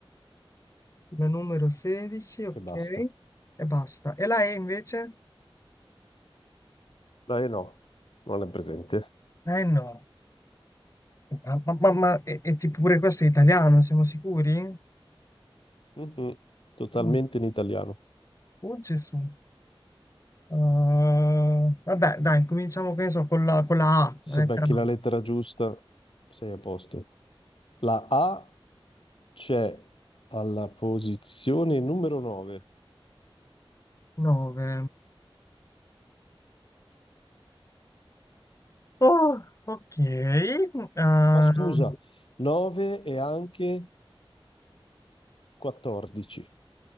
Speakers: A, on the left; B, on the left.
A: La numero 16, ok.
B: e basta.
A: E basta. E la E invece?
B: La E no, non è presente.
A: La E no. Ma, ma, ma- ma- e, e tipo pure questo è italiano, siamo sicuri?
B: Mhm. Totalmente
A: Mm.
B: in italiano.
A: Oh Gesù. Uh, vabbè, dai, cominciamo che ne so, con la, con la A,
B: Se
A: la lettera
B: becchi
A: A.
B: la lettera giusta, sei a posto. La A c'è alla posizione numero 9.
A: 9. Oh, ok. Uh,
B: No, scusa, 9 e anche 14.